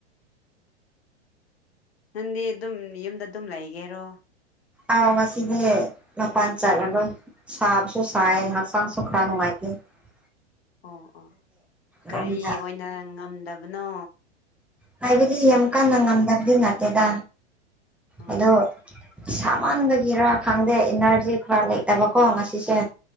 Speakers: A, on the left (about 60°); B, in the centre.
A: ꯅꯪꯗꯤ ꯑꯗꯨꯝ ꯌꯨꯝꯗ ꯑꯗꯨꯝ ꯂꯩꯒꯦꯔꯣ
B: ꯑ ꯉꯁꯤꯗꯤ ꯃꯄꯥꯟ ꯆꯠꯂꯒ ꯁꯥꯕꯁꯨ ꯁꯥꯏ ꯍꯛꯆꯥꯡꯁꯨ ꯈꯔ ꯅꯨꯡꯉꯥꯏꯇ <unintelligible>
A: ꯑꯣ ꯑꯣ ꯀꯔꯤ
B: ꯌꯨꯝꯗ
A: ꯑꯣꯏꯅ ꯉꯝꯗꯕꯅꯣ
B: ꯍꯥꯏꯕꯗꯤ ꯌꯥꯝ ꯀꯟꯅ ꯉꯝꯗꯕꯗꯤ ꯅꯠꯇꯦꯗ
A: ꯎꯝ
B: ꯑꯗꯣ ꯁꯥꯃꯟꯒꯤꯔ ꯈꯪꯗꯦ ꯏꯅꯔꯖꯤ ꯈꯔ ꯂꯩꯇꯕꯀꯣ ꯉꯁꯤꯁꯦ